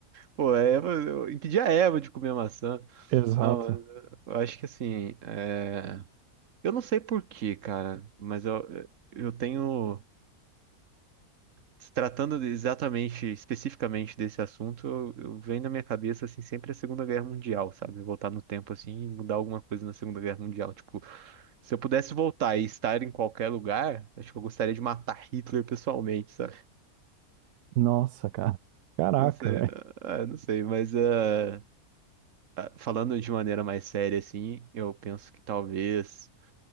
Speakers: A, on the right; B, on the right.
A: Pô, a Eva, eu impedia a Eva de comer maçã.
B: Exato.
A: Não, eu acho que assim, é, eu não sei por quê, cara, mas eu, eu tenho, se tratando de- exatamente, especificamente desse assunto, eu, eu venho na minha cabeça, assim, sempre a Segunda Guerra Mundial, sabe? Voltar no tempo, assim, e mudar alguma coisa na Segunda Guerra Mundial. Tipo, se eu pudesse voltar e estar em qualquer lugar, acho que eu gostaria de matar Hitler pessoalmente, sabe?
B: Nossa, cara. Caraca,
A: Não sei,
B: velho.
A: ah, não sei, mas... é, ah, falando de maneira mais séria, assim, eu penso que talvez